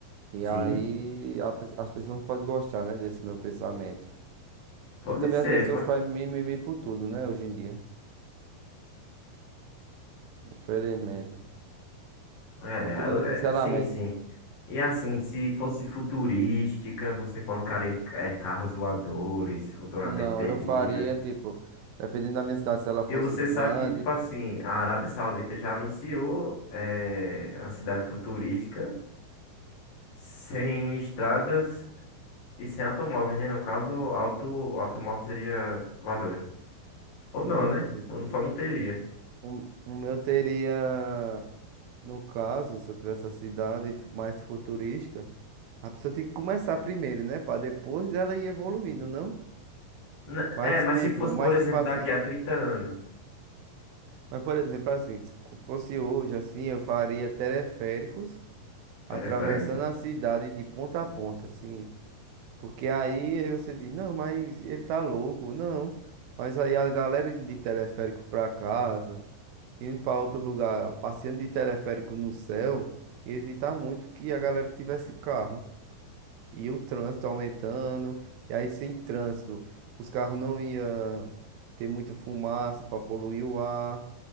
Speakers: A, on the right; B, on the left.
A: e
B: Sim,
A: aí a pe- as pessoas não podem gostar, né, desse meu pensamento.
B: pode
A: Porque também
B: ser,
A: as pessoas
B: pode
A: fazem mimimi por tudo, né, hoje em dia, infelizmente.
B: É,
A: Cultura do cancelamento.
B: é, sim, sim. E assim, se fosse futurística, você colocaria é, carros voadores, futuramente
A: Não,
B: teria.
A: eu faria, tipo, dependendo da minha cidade, se ela
B: E
A: fosse
B: você
A: grande.
B: sabe que, tipo assim, a Arábia Saudita já anunciou é, uma cidade futurística sem estradas e sem automóveis, né? No caso, auto, automóvel seria voadores. Ou
A: Hum,
B: não, né?
A: entendi.
B: Ou só não teria.
A: O, o meu teria, no caso, se eu tivesse a cidade fu- mais futurística, a pessoa tem que começar primeiro, né? Pra depois ela ir evoluindo, não?
B: N-
A: Mas,
B: É, mas
A: tipo,
B: se fosse,
A: mas
B: por exemplo,
A: tipo assim.
B: daqui a 30 anos,
A: Mas, por exemplo, assim, se fosse hoje, assim, eu faria teleféricos
B: periféricos?
A: atravessando a cidade de ponta a ponta, assim. Porque aí você diz, não, mas ele tá louco, não. Mas aí a galera indo de teleférico pra casa, indo pra outros lugares, passeando de teleférico no céu, ia evitar muito que a galera tivesse carro. E o trânsito aumentando, e aí sem trânsito, os carros não iam ter muita fumaça pra poluir o ar.